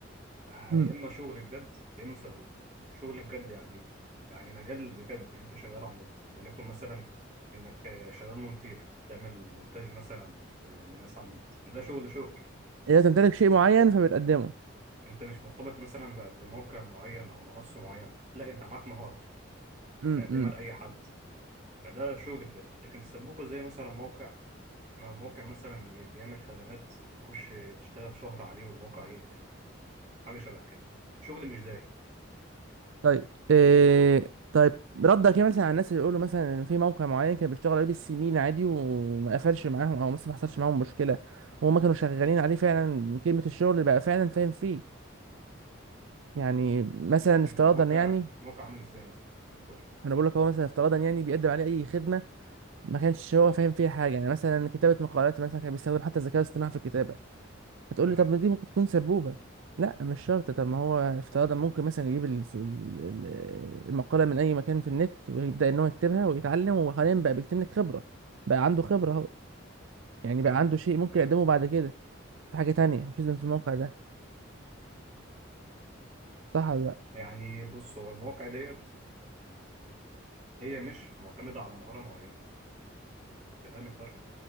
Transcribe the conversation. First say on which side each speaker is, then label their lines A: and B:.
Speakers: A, on the right; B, on the right.
A: آه،
B: امم
A: يا اما شغل بجد يا اما سبوب شغل بجد يعني إيه؟ يعني مجال بجد انت شغال على النت وليكن مثلا انك آه، شغال مونتير تعمل مونتاج مثلا آه، لناس على النت ده شغل شغل
B: اذا تمتلك
A: يعني
B: شيء معين فبتقدمه
A: انت مش مرتبط مثلا ب- بموقع معين او منصه معينه لا انت معاك مهاره
B: امم
A: تقدمها لاي حد فده شغل بجد لكن سبوبه زي مثلا موقع ما هو موقع مثلا بيعمل خدمات تخش تشتغل شهر عليه والموقع يقفل حاجه شبه كده شغل مش دايم
B: طيب إيه طيب ردك ايه مثلا على الناس اللي يقولوا مثلا ان في موقع معين كان بيشتغل عليه بالسنين عادي وما قفلش معاهم او مثلا ما حصلش معاهم مشكله وهم كانوا شغالين عليه فعلا من كلمه الشغل اللي بقى فعلا فاهم فيه يعني مثلا افتراضا
A: الموقع
B: يعني
A: موقع عامل ازاي مثلا قول
B: انا بقول لك هو مثلا افتراضا يعني بيقدم عليه اي خدمه ما كانش هو فاهم فيها حاجه يعني مثلا كتابه مقالات مثلا كان بيستخدم حتى الذكاء الاصطناعي في الكتابه هتقول
A: تمام
B: لي طب ما دي ممكن تكون سبوبه لا مش شرط طب ما هو افتراضا ممكن مثلا يجيب ال- ال- ال- المقاله من اي مكان في النت ويبدا ان هو يكتبها ويتعلم وحاليا بقى بيكتب لك خبره بقى عنده خبره اهو يعني بقى
A: فاهم
B: عنده شيء ممكن
A: تمام
B: يقدمه بعد كده في حاجه تانية مش لازم في الموقع ده صح ولا لا
A: يعني بص هو المواقع ديت هي مش معتمده على مهاره معينه انت فاهم الفرق